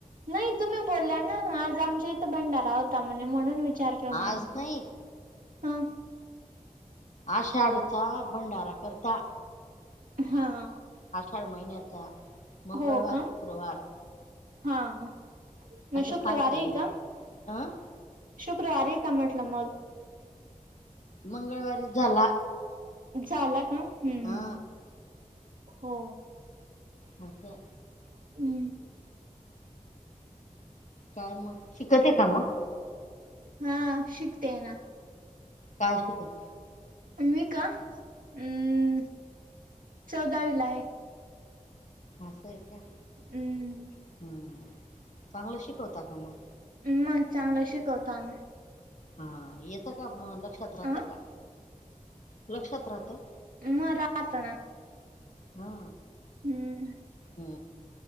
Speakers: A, on the right; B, on the left.
A: नाही तुम्ही बोलला ना? आज आमच्या इथं भंडारा होता म्हने, म्हणून विचारलं मी
B: आज नाही
A: हा.
B: आषाढचा भंडारा करता
A: हा.
B: आषाढ महिन्याचा मंगळवार,
A: हो का?
B: शुक्रवार
A: हा हा मग
B: असं
A: शुक्रवारी
B: सांगते
A: आहे
B: मी
A: का?
B: अं
A: शुक्रवारी का म्हटलं मग?
B: मंगळवारीच झाला.
A: झाला का? हूम्
B: हा
A: हो
B: मग काय?
A: हुं.
B: काय मग? शिकत ये का मग?
A: हा शिकतेय ना.
B: काय शिकत?
A: मी का? अम् चौदावीला ये.
B: आस हाय का?
A: ऊं.
B: हुम्म, चांगलं शिकवता का मग?
A: म चांगलं शिकवतो आमी?
B: हा येतं का मग? लक्षात राहतं
A: अ
B: का? लक्षात राहतं.
A: म राहत ना.
B: हा.
A: हुं.
B: हा.